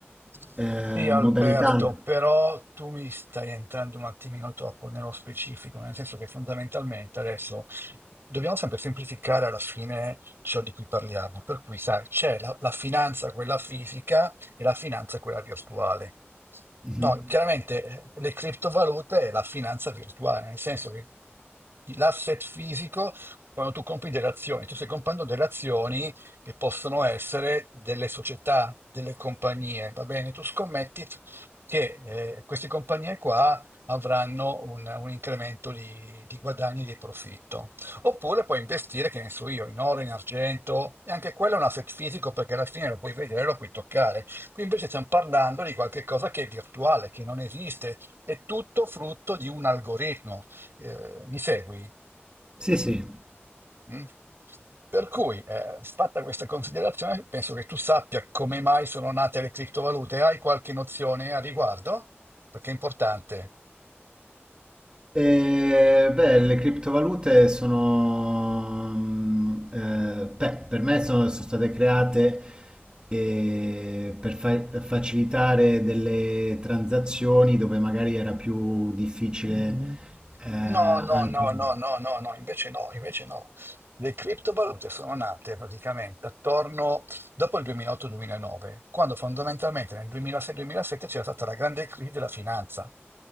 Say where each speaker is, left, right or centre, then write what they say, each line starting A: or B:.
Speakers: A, on the right; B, on the right.
A: Sì,
B: eh,
A: Alberto,
B: modalità.
A: però tu mi stai entrando un attimino troppo nello specifico, nel senso che fondamentalmente adesso dobbiamo sempre semplificare alla fine ciò di cui parliamo. Per cui, sai, c'è la, la finanza, quella fisica, e la finanza, quella virtuale.
B: Mhm.
A: No, chiaramente eh, le criptovalute è la finanza virtuale, nel senso che l'asset fisico, quando tu compri delle azioni, tu stai comprando delle azioni che possono essere delle società, delle compagnie, va bene? Tu scommetti che eh, queste compagnie qua avranno un, un incremento di, di guadagni e di profitto. Oppure puoi investire, che ne so io, in oro, in argento, e anche quello è un asset fisico perché alla fine lo puoi vedere, lo puoi toccare. Qui invece stiamo parlando di qualcosa che è virtuale, che non esiste, è tutto frutto di un algoritmo. Eh, mi segui?
B: Sì, sì.
A: mm? Per cui, eh, fatta questa considerazione, penso che tu sappia come mai sono nate le criptovalute. Hai qualche nozione a riguardo? Perché è importante.
B: E, beh, le criptovalute sono, mm, eh, beh, per me sono, sono state create eh, per fa- facilitare delle transazioni dove magari era più difficile
A: Mm,
B: eh, anche...
A: No, no, no, no, no, no, no, invece no, invece no. Le criptovalute sono nate praticamente attorno dopo il 2008-2009, quando fondamentalmente nel 2006-2007 c'era stata la grande crisi della finanza.